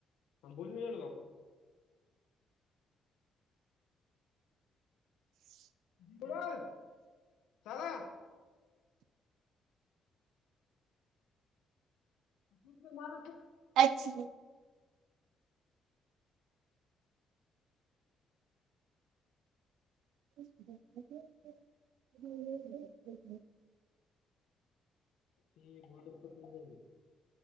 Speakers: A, on the left (about 80°); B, on the right (about 85°).
A: बोल झाल बा बरं. चालं तु मार
B: अच्छ. ह <inaudible>
A: ते बोडतस झाल.